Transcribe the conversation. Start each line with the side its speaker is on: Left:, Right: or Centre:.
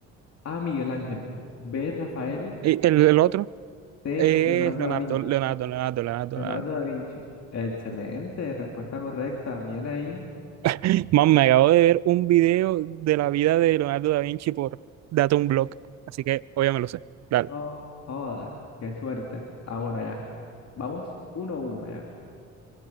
Left: A. Miguel Ángel, B. Rafael,
Right: Eh, El, el otro
Left: C.
Right: es
Left: Leonardo
Right: Leonardo,
Left: da Vinci.
Right: Leonardo, Leonardo, Leonardo,
Left: Leonardo
Right: Leonardo.
Left: da Vinci. Excelente, respuesta correcta. Bien ahí.
Right: <laughs> Man, me acabo de ver un video de la vida de Leonardo da Vinci por Data un blog. Así que obviamente me lo sé. Dale.
Left: No joda, qué suerte. Ah, bueno, ya. Vamos uno a uno ya.